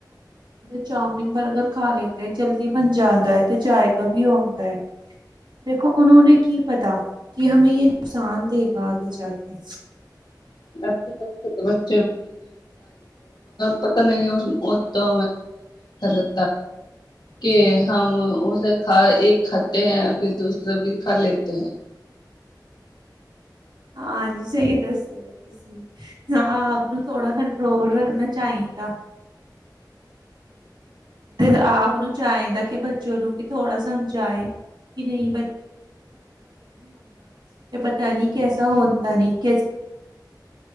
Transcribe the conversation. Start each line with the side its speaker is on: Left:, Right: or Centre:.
Right: ਚਾਮਿਨ ਬਰਗਰ ਖਾ ਲਤੇ ਜਲਦੀ ਬਣ ਜਾਂਦਾ ਹੈ ਤੇ ਜਾਇਕਾ ਵੀ ਆਉਂਦਾ ਹੈ <inaudible> ਦੇਖੋ ਉਹੋ ਨੇ ਕੀ ਪਤਾ ਕਿ ਹਮੇ ਇਹ ਨੁਕਸਾਨ ਦੇਗਾ ਆਗੇ ਜਾ ਕੇ
Left: <unintelligible> ਮਗਰ ਪਤਾ ਨਹੀਂ ਉਸ ਉਤੋਂ <unintelligible> ਕੇ ਹਮ ਉਸੇ ਖਾ ਇੱਕ ਖਾਤੇ ਹੈ ਫਿਰ ਦੂਸਰਾ ਵੀ ਖਾ ਲੇਤੇ ਹੈ
Right: ਹਾਂਜੀ ਸਹੀ ਦੱਸਿਓ ਤੁਸੀਂ ਆਪ ਨੂੰ ਥੋੜ੍ਹਾ ਕੰਟਰੋਲ ਰੱਖਣਾ ਚਾਹੀਦਾ ਦਾ ਤੇ ਆਪ ਨੂੰ ਚਾਹੀਦਾ ਕਿ ਬੱਚੇ ਨੂੰ ਵੀ ਥੋੜ੍ਹਾ ਸਮਝਾਏ ਕਿ ਨਹੀਂ <unintelligible> ਤੇ ਪਤਾ ਨੀ ਕੈਸਾ ਹੁੰਦਾ ਨੀ <unintelligible> <unintelligible>